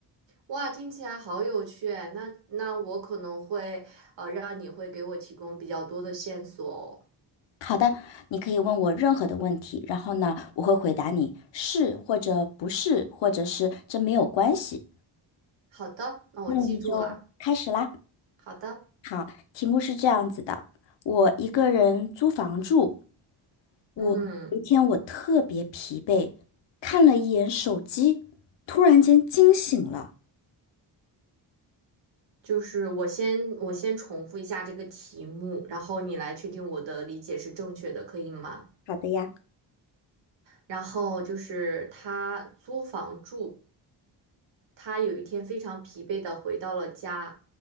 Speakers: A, on the right; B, on the left.
A: 哇，听起来好有趣哎那那我可能会呃，让你会给我提供比较多的线索哦。
B: 好的，你可以问我任何的问题，然后呢，我会回答你是或者不是，或者是这没有关系。
A: 好的，那我记住啦。
B: 那我们就开始啦。
A: 好的，
B: 好，题目是这样子的：我一个人租房住，
A: 嗯，
B: 我有一天我特别疲惫，看了一眼手机，突然间惊醒了。
A: 就是我先我先重复一下这个题目，然后你来确定我的理解是正确的，可以吗？
B: 好的呀，
A: 然后就是他租房住。他有一天非常疲惫的回到了家，